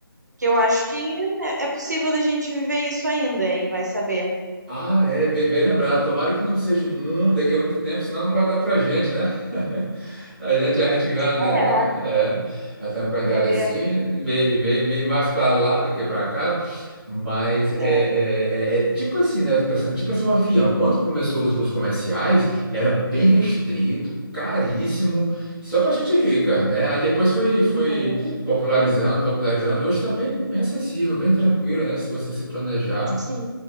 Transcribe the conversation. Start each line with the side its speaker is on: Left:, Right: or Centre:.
Right: que eu acho que né, é possível da gente viver isso ainda, hein? Vai saber.
Centre: Ah, é, bem, bem lembrado. Tomara que não seja muito, daqui a muito tempo, senão não vai dar pra gente, né? <laughs> A gente, a gente já, né?
Right: É,
Centre: É, já estamos com a idade
Right: é,
Centre: assim, meio, meio, meio mais para lá do que para cá. Mas
Right: né?
Centre: é, é- é- é tipo assim, né? Eu tô pensando, tipo assim, o avião, quando começou os voos comerciais, era bem restrito, caríssimo, só para gente rica, né? Aí depois foi,
Right: Uhum,
Centre: foi popularizando, popularizando. Hoje está bem, bem acessível, bem tranquilo, né? Se você se planejar.
Right: sim,